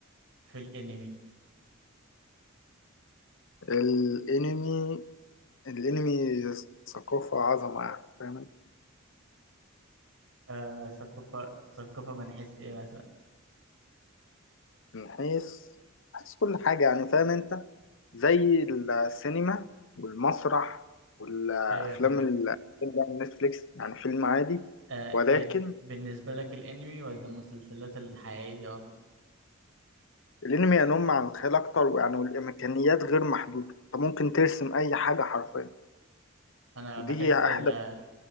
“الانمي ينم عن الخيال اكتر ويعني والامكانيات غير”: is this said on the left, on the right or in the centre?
Left